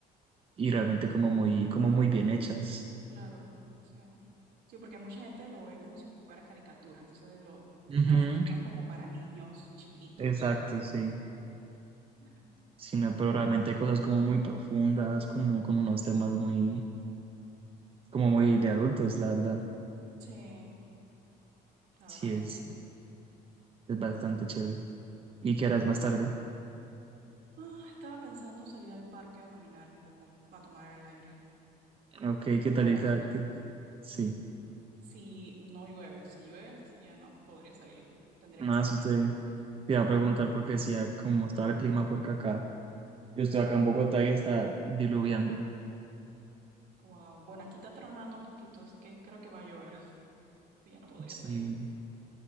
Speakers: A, on the right; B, on the right.
A: y realmente como muy, como muy bien hechas.
B: claro, sí. Sí, porque mucha gente lo ve como si fuera caricatura, entonces lo
A: Ujú,
B: clasifican como para niños chiquitos.
A: Exacto, sí.
B: Ujú.
A: Sino, pero realmente hay cosas como muy profundas, como con unos temas muy, como muy de adultos, la verdad.
B: Sí, la
A: Sí,
B: verdad
A: es,
B: que sí.
A: es, es bastante chévere. ¿Y qué harás más tarde?
B: Ah, estaba pensando salir al parque a caminar un poco, a tomar el aire.
A: Ok, ¿qué tal?
B: Bueno,
A: y ca-
B: s-
A: qué- Sí,
B: si no llueve, si llueve, entonces ya no podría salir. Tendría
A: más
B: que hacer algo
A: usted.
B: en la casa.
A: Te
B: Sí.
A: iba a preguntar porque decía cómo estaba el clima porque acá. Yo estoy acá en Bogotá y está diluviando.
B: Wow. Bueno, aquí está tronando un poquito, así que creo que va a llover. <laughs> Entonces Ya no podría
A: Sí,
B: salir.